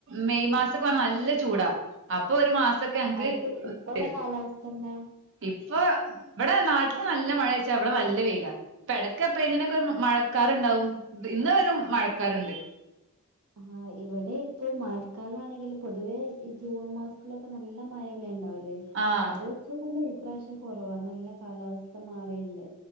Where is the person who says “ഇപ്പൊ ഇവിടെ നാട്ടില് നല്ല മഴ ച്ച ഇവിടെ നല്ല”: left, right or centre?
Right